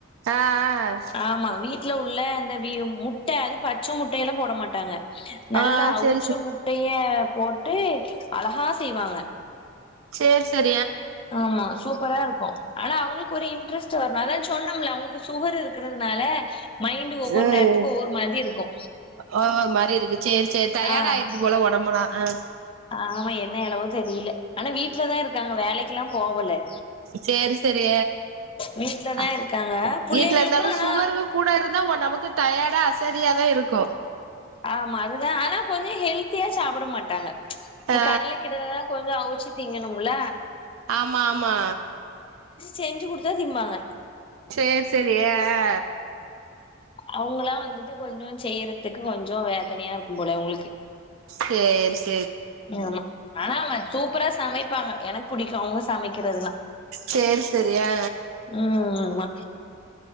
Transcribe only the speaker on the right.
ஆஹ் ஆஹ்
ஆ
செரி செ
சேரி செத்
ம்
ஒரு மாரி இருக்கு சேரி சேரி டயர்ட்
ஆய்றது போல ஒடம் புலா அ
சேரி சேரி
அ
வீட்ல இருந்தாலு
சுகரு கூட இருந்தா ஓ நமக்கு கு டயர்டா அசதியாதா இருக்கு
ஆ
ஆமா ஆமா
சேரி சேரி அ அ
பேன்ஸ்
சேரி செரி ஆ